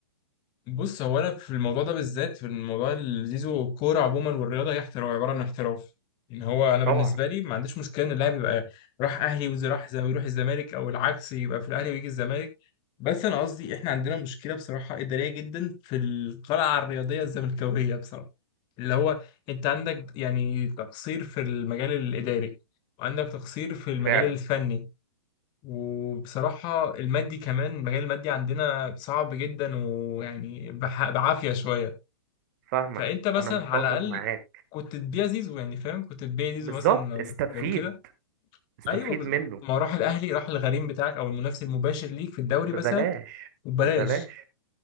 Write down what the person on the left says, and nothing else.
بص هو انا في الموضوع ده بالذات في الموضوع اللي زيزو الكوره عموما والرياضه هي احتراف عباره عن احتراف ان هو انا
بالنسبه لي ما عنديش مشكله ان اللاعب يبقى راح اهلي وزي راح زي ويروح الزمالك او العكس يبقى في الاهلي ويجي الزمالك بس انا قصدي احنا عندنا مشكله بصراحه اداريه جدا في القلعه الرياضيه الزملكاويه بصراحه اللي هو انت عندك يعني تقصير في المجال الاداري وعندك تقصير في المجال
الفني وبصراحة المادي كمان المجال المادي عندنا صعب جدا ويعني بح- بعافية شوية
فأنت مثلا
على الأقل
كنت تبيع زيزو يعني فاهم كنت تبيع زيزو
مثلا
لو لو كده
أيوه بز...
ما هو راح الأهلي راح الغريم بتاعك أو المنافس المباشر ليك في الدوري
مثلا وببلاش